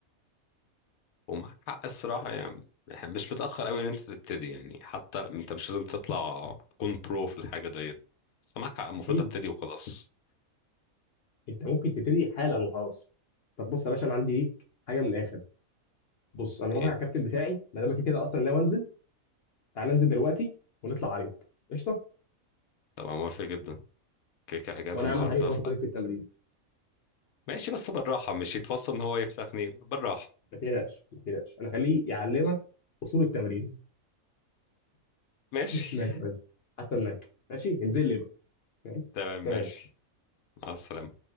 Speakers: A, on the left; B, on the left.
A: ومعاك حق الصراحه يعني مش متاخر قوي ان انت تبتدي يعني حتى انت مش لازم تطلع تكون برو في الحاجه ديت بس معاك حق المفروض
B: اكيد
A: ابتدي وخلاص
B: انت ممكن تبتدي حالا وخلاص طب بص يا باشا انا عندي ليك حاجه من الاخر بص انا رافع
A: ايه
B: على الكابتن بتاعي ما دام كده كده اصلا ناوي انزل تعال ننزل دلوقتي ونطلع عريض قشطه
A: طبعا موافق جدا كده كده اجازه
B: وانا
A: النهارده
B: يا عم خليه يتوصل بيك في التمرين
A: ماشي بس بالراحة مش يتوصل ان هو يفسخني بالراحة
B: ما تقلقش ما تقلقش انا خليه يعلمك اصول التمرين
A: ماشي
B: ماشي يا باشا حاسس انك ماشي انزل لي بقى
A: <laughs>
B: يلا
A: تمام
B: سلام
A: ماشي مع السلامة